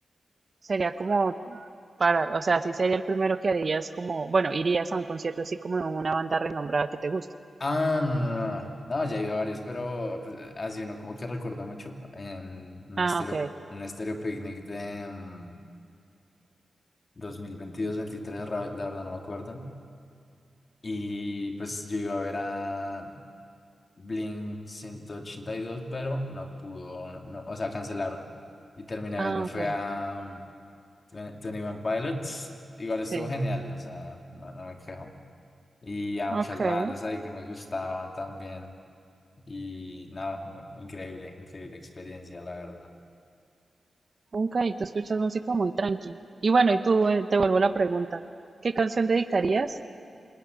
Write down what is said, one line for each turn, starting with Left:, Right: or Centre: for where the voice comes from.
Right: sería como para, o sea, sí sería el primero que harías como, bueno, irías a un concierto así como de una banda renombrada que te guste.
Left: Ah, no, no, no, no, No, ya he ido a varios, pero pues, eh, así uno como que recuerda mucho en un
Right: Ah,
Left: estéreo,
Right: ok,
Left: un estéreo picnic de mm, 2022-23, ra- la verdad no me acuerdo. Y pues yo iba a ver a Blink ciento ochenta y dos pero no pudo, no, o sea, cancelaron Y terminé
Right: ah,
Left: viendo, fue
Right: ok,
Left: a mm, Twen- 21 Pilots, igual
Right: sí,
Left: estuvo genial, o sea, no, no me quejo y a
Right: ok,
Left: muchas bandas ahí que me gustaban también. Y nada, muy- increíble, increíble experiencia, la verdad.
Right: ok, tú escuchas música muy tranqui. Y bueno, y tú, eh, te vuelvo la pregunta, ¿qué canción dedicarías?